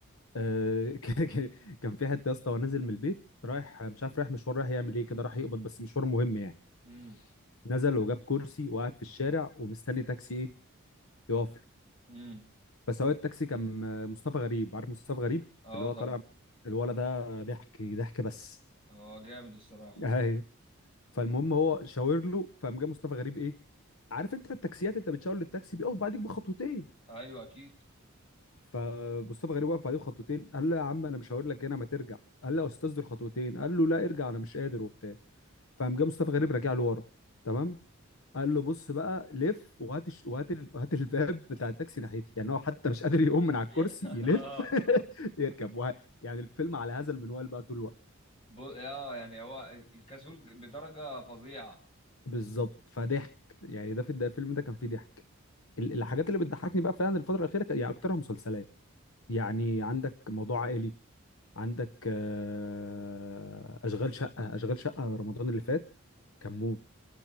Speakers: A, on the left; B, on the left.
A: آه <laughs> ك- ك- كان في حته يا اسطى ونازل من البيت رايح مش عارف رايح مشوار رايح يعمل ايه كده راح يقبض بس مشوار مهم يعني
B: امم
A: نزل وجاب كرسي وقعد في الشارع ومستني تاكسي ايه يقف له
B: امم
A: فسواق التاكسي كان آه، مصطفى غريب عارف مصطفى غريب
B: اه
A: اللي هو
B: طبعا
A: طالع الولد ده ضحك ضحك بس
B: اه جامد الصراحه
A: <laughs> ايوه فالمهم هو شاور له فقام جه مصطفى غريب ايه عارف انت التاكسيات انت بتشاور للتاكسي بيقف بعديك بخطوتين
B: ايوه اكيد
A: فمصطفى غريب وقف عليه بخطوتين قال له يا عم انا مش هقول لك هنا ما ترجع قال له يا استاذ دول خطوتين قال له لا ارجع انا مش قادر وبتاع فقام جه مصطفى غريب راجع له ورا تمام قال له بص بقى لف وهات الش- وهات ال- وهات الباب بتاع التاكسي ناحيتي يعني هو حتى مش قادر يقوم من على
B: <laughs>
A: الكرسي يلف
B: اه
A: <laughs> يركب وه... يعني الفيلم على هذا المنوال بقى طول الوقت
B: ب... اه يعني هو الكسول بدرجة فظيعة
A: بالظبط فضحك يعني ده في ده الفيلم ده كان فيه ضحك ال- الحاجات اللي بتضحكني بقى فعلا الفترة الأخيرة كان- يعني أكترها مسلسلات يعني عندك موضوع عائلي عندك آه، اشغال شقه اشغال شقه رمضان اللي فات كان موت